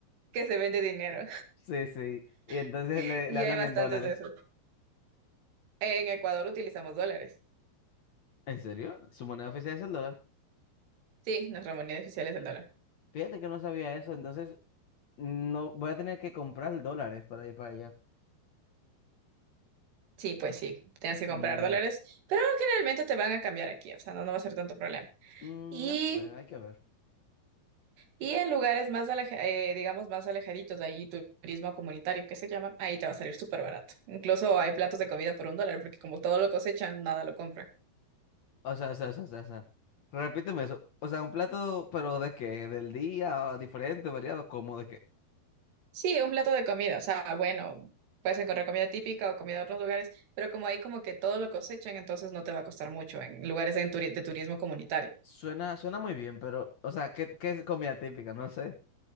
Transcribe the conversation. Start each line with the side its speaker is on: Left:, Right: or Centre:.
Right: que se vende dinero.
Left: Sí, sí. Y entonces
Right: <laughs> Y
Left: le, le hablan
Right: hay bastantes
Left: en dólares.
Right: de esos. En Ecuador utilizamos dólares.
Left: ¿En serio? ¿Su moneda oficial es el dólar?
Right: Sí, nuestra moneda oficial es el dólar.
Left: Fíjate que no sabía eso, entonces no voy a tener que comprar dólares para ir para allá.
Right: Sí, pues sí, tienes que
Left: Mm,
Right: comprar dólares, pero generalmente te van a cambiar aquí, o sea, no, no va a ser tanto problema.
Left: mm,
Right: Y,
Left: no sé, hay que ver.
Right: y en lugares más, aleja- eh, digamos, más alejaditos, ahí turismo comunitario, que se llama, ahí te va a salir súper barato. Incluso hay platos de comida por un dólar, porque como todo lo cosechan, nada lo compran.
Left: O sea, o sea, o sea, o sea, o sea. Repíteme eso. O sea, un plato, pero ¿de qué? ¿Del día? ¿Diferente? ¿Variado? ¿Cómo de qué?
Right: Sí, un plato de comida, o sea, bueno, puedes encontrar comida típica o comida de otros lugares, pero como ahí como que todo lo cosechan, entonces no te va a costar mucho en lugares de, turi- de turismo comunitario.
Left: Suena, suena muy bien, pero, o sea, ¿qué, qué es comida típica? No sé.